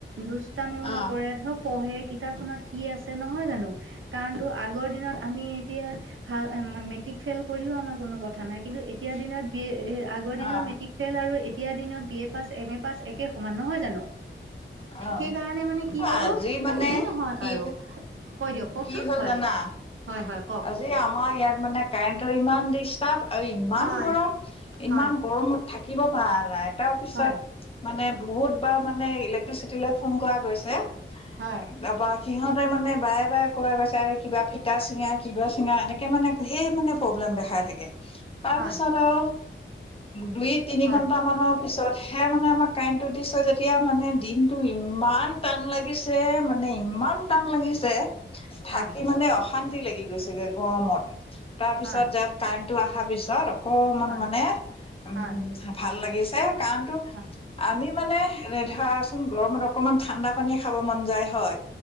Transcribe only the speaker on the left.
অ',
অ',
অ',
আজি মানে
কি
কি হ'ল
জানা?
আজি আমাৰ ইয়াত মানে কাৰেণ্টৰ ইমান দি ষ্ট আৰু ইমান
গৰম
ইমান গৰমত থাকিব পৰা নাই তাৰ পিছত
মানে বহুত বাৰ মানে ইলেক্ট্ৰিচিটি লৈ ফোন কৰা গৈছে তাৰ
পৰা সিহত মানে বাৰে বাৰে ক কৈছে কিবা ফিটা চিঙা কিবা চিঙা এনে তে মানে সেই মানে প্ৰব্লেম দেখাই থাকে তাৰপিছত
আৰু দুই তিনি
ঘন্টা মানৰ পিছতহে মানে আমাক কাৰেণ্টটো দিছে যেতিয়া মানে দিনটো ইমান টান লাগিছে মানে মানে ইমান টান লাগিছে থাকি
মানে অশান্তি লাগি গৈছেগে গৰমত তাৰ পিছত
যে কাৰেণ্টটো অহাৰ পিছত অকমান
মানে উ
ভাল লাগিছে কাৰণ তো
আমি মানে এ ধৰাচোন গৰমত অকণমান ঠাণ্ডা পানী খাব মন যায় হয়।